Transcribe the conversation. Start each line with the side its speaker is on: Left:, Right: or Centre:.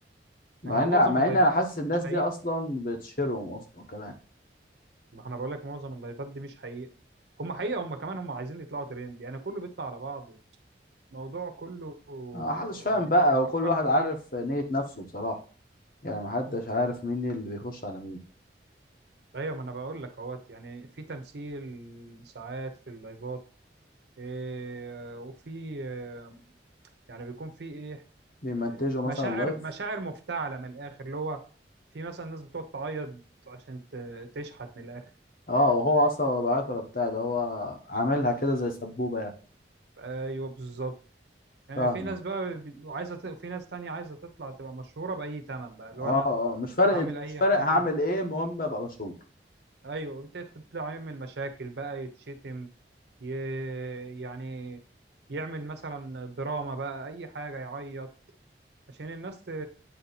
Left: مع
Right: ما هو
Left: ان
Right: معظم
Left: مع
Right: اللايفات
Left: ان انا حاسس
Right: اصلا
Left: الناس
Right: مش حقيقه
Left: دي اصلا بتشهرهم اصلا كمان
Right: ما انا بقول لك معظم اللايفات دي مش حقيقه هم حقيقه هم كمان هم عايزين يطلعوا ترند يعني كله بيطلع على بعضه الموضوع كله
Left: ما حدش فاهم
Right: يعني
Left: بقى
Right: لو فكرت
Left: وكل واحد
Right: فيه
Left: عارف نية نفسه بصراحة يعني ما حدش عارف مين اللي بيخش على مين
Right: ايوه ما انا بقول لك اهوت يعني في تمثيل ساعات في اللايفات إيه، وفي إيه، يعني بيكون في ايه
Left: بيمنتجوا
Right: إيه،
Left: مثلا
Right: مشاعر
Left: لايف
Right: مشاعر مفتعله من الاخر اللي هو في مثلا ناس بتقعد تعيط عشان ت- تشحت من الاخر
Left: اه وهو اصلا ولا بعت ولا بتاع ده هو عاملها كده زي سبوبة يعني
Right: ايوه بالظبط يعني
Left: فاهمة
Right: في ناس بقى بي- عايزه ت- في ناس تانية عايزه تطلع تبقى مشهوره باي تمن بقى اللي
Left: اه
Right: هو انا
Left: اه مش فارق
Right: اعمل اي
Left: مش فارق
Right: حاجه
Left: هعمل ايه المهم ابقى مشهور
Right: ايوه بتدخل تطلع يعمل مشاكل بقى يتشتم ي... يعني يعمل مثلا دراما بقى اي حاجه يعيط عشان الناس ت-